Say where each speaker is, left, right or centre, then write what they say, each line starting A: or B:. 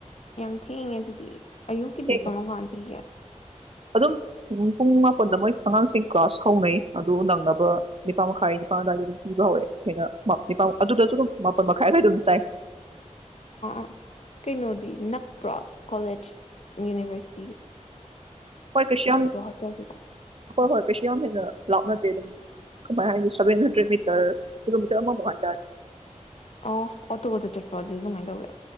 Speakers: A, on the left (about 60°); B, on the right (about 50°).
A: ꯌꯥꯝ ꯊꯦꯡꯉꯦ ꯑꯗꯨꯗꯤ ꯑꯌꯨꯛꯀꯤꯗꯤ
B: ꯊꯦꯡꯅ
A: ꯀꯃ ꯀꯥꯟ ꯄꯤꯒꯦ
B: ꯑꯗꯨꯝ ꯄꯨꯡ ꯃꯥꯄꯜꯗ ꯃꯣꯏ ꯑꯉꯥꯡꯁꯤꯡ ꯀ꯭ꯂꯥꯁ ꯍꯧꯅꯩ ꯑꯗꯨ ꯅꯪꯅꯕ ꯅꯤꯄꯥꯜ ꯃꯈꯥꯏ ꯅꯤꯄꯥꯥꯟ ꯑꯗꯨꯋꯥꯏꯗ ꯑꯗꯨꯝ ꯄꯤꯕ ꯍꯧꯋꯦ ꯑꯩꯅꯄꯥ ꯑꯗꯨꯗꯁꯨ ꯑꯗꯨꯝ ꯃꯥꯄꯜ ꯃꯈꯥꯏ ꯑꯗꯨꯋꯥꯏ ꯑꯗꯨꯝ ꯆꯥꯏ
A: ꯑꯥ ꯀꯩꯅꯣꯗꯤ ꯅꯛꯄ꯭ꯔꯣ ꯀꯣꯂꯦꯖ ꯌꯨꯅꯤꯕꯔꯁꯤ
B: ꯍꯣꯏ ꯀꯩꯁꯨ ꯌꯥꯝ
A: ꯍꯣꯁꯇꯦꯜꯗꯨꯒ
B: ꯍꯣꯏ ꯍꯣꯏ ꯀꯩꯁꯨ ꯌꯥꯝ ꯍꯦꯟꯅ ꯂꯥꯞꯅ ꯀꯃꯥꯏ ꯍꯥꯏꯅꯤ ꯁꯦꯚꯦꯟ ꯍꯟꯗ꯭ꯔꯦꯗ ꯃꯤꯇꯔ ꯀꯤꯂꯣꯃꯤꯇꯔ ꯑꯃ ꯃꯨꯛ ꯍꯥꯏ ꯇꯥꯔꯦ
A: ꯑꯣ ꯑꯣꯇꯣ ꯗ ꯆꯠꯄ꯭ꯔ ꯑꯗꯨꯗꯤ ꯀꯃꯥꯏꯅ ꯇꯧꯒꯦ